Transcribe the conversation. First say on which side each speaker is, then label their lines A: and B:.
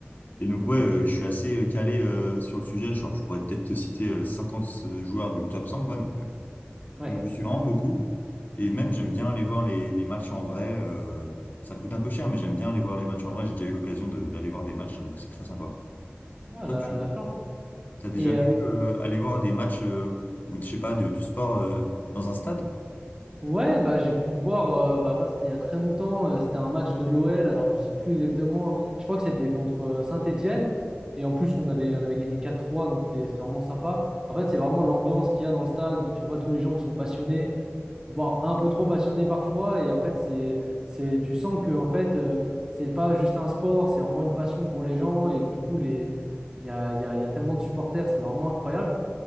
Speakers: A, on the left; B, on the right.
A: Et donc, ouais, euh, je suis assez euh, calé euh, sur le sujet. Genre, je pourrais peut-être te citer euh, 50 joueurs du top 100, quoi. Donc, euh,
B: Ouais,
A: donc je le suis vraiment beaucoup. Et même j'aime bien aller voir les, les matchs en vrai. euh, ça coûte un peu cher, mais j'aime bien aller voir les matchs en vrai. J'ai déjà eu l'occasion de- d'aller voir des matchs, donc c'est très sympa.
B: ah,
A: Toi,
B: la,
A: tu
B: la chance.
A: as déjà
B: Et
A: pu
B: euh,
A: euh, aller voir des matchs euh, ou je sais pas de- du sport euh, dans un stade?
B: Ouais, bah, j'ai pu voir, euh, bah, après, c'était il y a très longtemps, euh, c'était un match de l'OL, alors je sais plus exactement, je crois que c'était contre euh, Saint-Étienne, et en plus on avait, on avait gagné quatre trois. donc c'était c'était vraiment sympa. En fait, c'est vraiment l'ambiance qu'il y a dans le stade, tu vois tous les gens qui sont passionnés, voire un peu trop passionnés parfois, et en fait, c'est, c'est, tu sens que en fait, euh, c'est pas juste un sport, c'est vraiment une passion pour les gens, et que, du coup, les, il y a, il y a, il y a tellement de supporters, c'est vraiment incroyable.